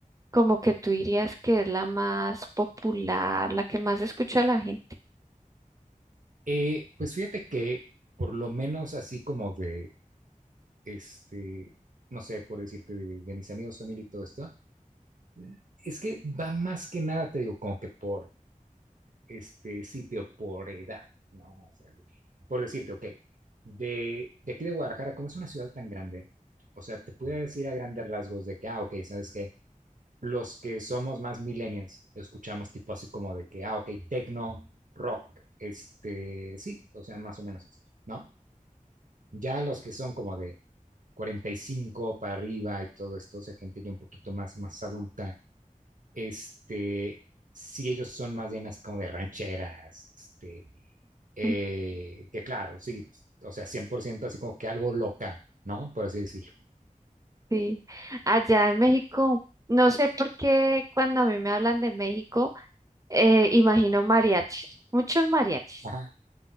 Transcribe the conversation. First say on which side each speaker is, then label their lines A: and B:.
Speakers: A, on the right; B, on the right.
A: como que tú dirías que es la más popular, la que más escucha la gente?
B: Eh, pues fíjate que por lo menos así como de, este, no sé, por decirte, de, de mis amigos, familia y todo esto, eh, es que va más que nada, te digo, como que por este sitio por edad, ¿no? O sea, por decirte, ok, de, de aquí de Guadalajara, como es una ciudad tan grande, o sea, te puedo decir a grandes rasgos de que, ah, ok, ¿sabes qué? Los que somos más millennials, escuchamos tipo así como de que, ah, ok, techno, rock, este, sí, o sea, más o menos esto, ¿no? Ya los que son como de 45 para arriba y todo esto, o sea, gente ya un poquito más, más adulta, este, sí, ellos son más bien así como de rancheras, este, eh,
A: <laughs>
B: que claro, sí, pues, o sea, 100% así como que algo local ¿no? Por así decirlo.
A: Sí. Allá en México, no sé por qué cuando a mí me hablan de México, Eh, imagino mariachis, muchos mariachis.
B: Ajá,